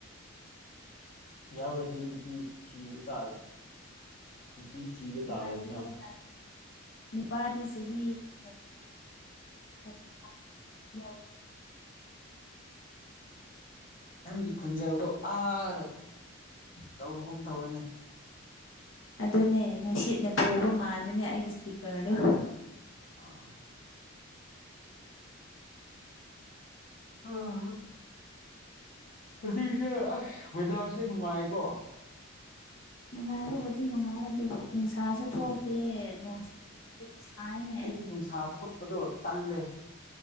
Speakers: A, on the left (about 40°); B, on the left (about 70°).
A: ꯌꯥꯎꯔꯗꯤ ꯅꯨꯄꯤ ꯊꯤꯕ ꯇꯥꯔꯦ ꯅꯨꯄꯤ ꯊꯤꯕ ꯇꯥꯔꯦꯗꯅ
B: ꯉꯜꯂꯤꯌꯦ ꯉꯜꯂꯤ ꯅꯨꯄꯥꯗꯤ ꯆꯍꯤ ꯊꯥꯔꯇꯤ ꯊꯥꯔꯇꯤ ꯐꯥꯏꯚ ꯌꯧꯏ꯫
A: ꯅꯪꯒꯤ ꯈꯨꯟꯖꯦꯜꯗꯣ ꯑꯥꯗ ꯇꯧꯕꯒꯨꯝ ꯇꯧꯋꯦꯅꯦ꯫
B: ꯑꯗꯨꯅꯦ ꯅꯨꯡꯁꯤꯠꯅ ꯄꯨꯕ ꯃꯥꯟꯕꯅꯦ ꯑꯩꯒꯤ ꯏꯁꯄꯤꯀꯔꯗꯣ꯫
A: ꯑꯥ <unintelligible> ꯍꯧꯖꯤꯛꯁꯦ ꯑꯁ ꯋꯦꯗꯔꯁꯦ ꯅꯨꯡꯉꯥꯏꯀꯣ꯫
B: ꯅꯨꯡꯉꯥꯏꯕꯕꯨꯗꯤ ꯅꯨꯡꯉꯥꯏ ꯑꯗꯨꯕꯨ ꯅꯨꯡꯁꯥꯁꯨ ꯊꯣꯛꯇꯦ ꯅꯣꯡꯁꯨ <unintelligible> ꯁꯥꯏꯟꯅꯦ
A: ꯑꯩꯗꯤ ꯅꯨꯡꯁꯥ ꯊꯣꯛꯄꯗꯣ ꯇꯜꯂꯦ꯫